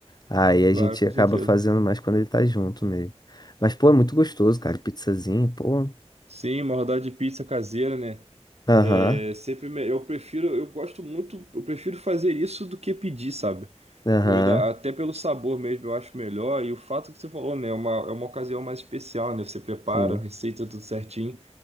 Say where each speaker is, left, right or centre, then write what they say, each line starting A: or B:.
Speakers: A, on the left; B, on the right.
A: Aí
B: Claro,
A: a gente
B: com
A: acaba
B: certeza.
A: fazendo mais quando ele tá junto mesmo. Mas, pô, é muito gostoso, cara. Pizzazinho, pô.
B: Sim, uma rodada de pizza caseira, né?
A: Aham,
B: É sempre me- eu prefiro, eu gosto muito, eu prefiro fazer isso do que pedir, sabe?
A: aham,
B: Eu ainda- até pelo sabor mesmo, eu acho melhor. E o fato que você falou, né? É uma, é uma ocasião mais especial, né? Você prepara,
A: sim,
B: a receita tudo certinho,